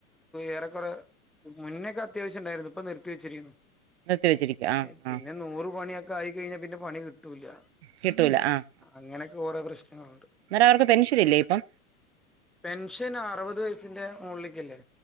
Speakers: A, in the centre; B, on the right.
A: ഏറെക്കൊറെ ക്ക് മുന്നക്കെ അത്യാവശ്യം ഇണ്ടായിരുന്നു ഇപ്പൊ നിർത്തി വെച്ചിരിക്കുന്നു
B: നിർത്തി വെച്ചിരിക്കുക ആഹ്
A: എ പിന്നെ
B: ആഹ്
A: നൂറ് പണ്യൊക്കെ ആയിക്കഴിഞ്ഞാ പിന്നെ പണി കിട്ടൂല്ല
B: കിട്ടൂല ആഹ്
A: അങ്ങനൊക്കെ കുറെ പ്രശ്നങ്ങളുണ്ട്
B: എന്നാലവർക്ക് പെൻഷനില്ലേ ഇപ്പം
A: പെൻഷൻ അറുവത് വയസ്സിന്റെ മോളിലേക്കല്ലേ